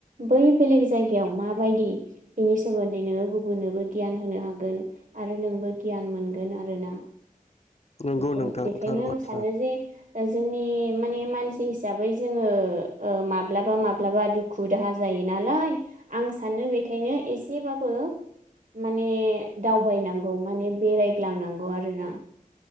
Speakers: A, on the right; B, on the left.
A: बै बेलेग जायगायाव माबायदि बिनि सोमोन्दै नोङो गुबुननोबो गियान होनो हागोन आरो नोंबो गियान मोनगोन आरोना।
B: नंगौ
A: बेखौ
B: नोंथां
A: बेखायनो
B: थार बाथ्रा
A: आं सानो जे। जोंनि माने मानसि हिसाबै जोङो ओ माब्लाबा माब्लाबा दुखु दाहा जायो नालाय आं सानो बेखायनो एसेबाबो माने दावबायनांगौ माने बेरायग्लांनांगौ आरोना।